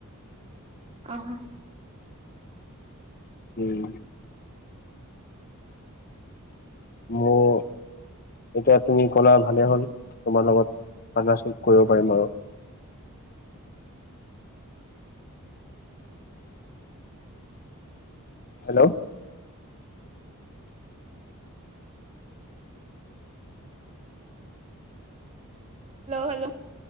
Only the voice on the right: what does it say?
অ',
Hello ', hello '।